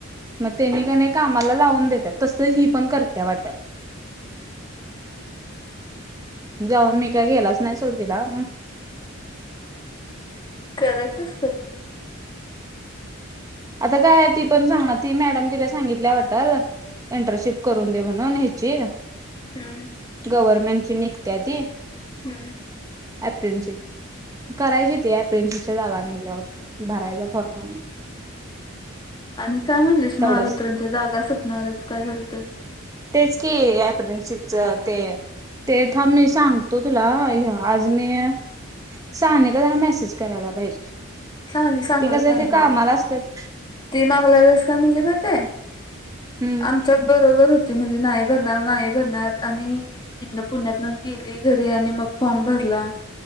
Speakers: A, on the right; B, on the left.
A: म तेनी का नाही कामाला लावून देतात. तसल ही पण करते वाटल. जाऊन मी काय गेलाच नाही, सोड तिला.
B: करत असेल.
A: आता काय ती पण सांगणार ती मॅडम तिला सांगितल्या वाटल. इंटर्नशिप करून दे म्हणून ह्याची,
B: हं हं.
A: गव्हर्नमेंट ची निघत्या ती.
B: हं.
A: अप्रेनशिप. करायची होती ऍप्रेंशिपच्या जागा निगल्यावर. भरायचा फॉर्मा न
B: आणि काय म्हणलीस महावितरणच्या
A: तेवढंच
B: जागा सुटणारयत काय झालं त्यात?
A: तेच की ऍप्रनशिपच ते ते थांब मी सांगतो तुला ह्य आज मी सानीला जरा मेसेज करायला पाहिजे
B: सानी सांगत
A: ते कसंय
B: नाही
A: ते कामाला
B: ग
A: असत्यात
B: ती मागला वेळेस काय म्हणली माहितेयं?
A: हम्म
B: आमच्यात बरोबर होती म्हणली नायी भरणार नायी भरणार आणि इथं न पुण्यातं गेली घरी आणि मग फॉर्म भरला,